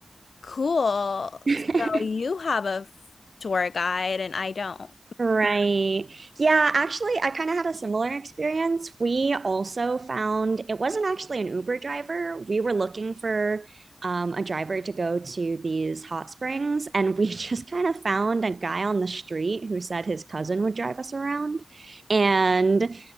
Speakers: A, on the left (about 75°); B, on the right (about 60°).
A: Cool.
B: <laughs>
A: So you have a f- tour guide and I don't.
B: Right. Yeah, actually, I kind of had a similar experience. We also found it wasn't actually an Uber driver. We were looking for um, a driver to go to these hot springs, and we <laughs> just kind of found a guy on the street who said his cousin would drive us around. And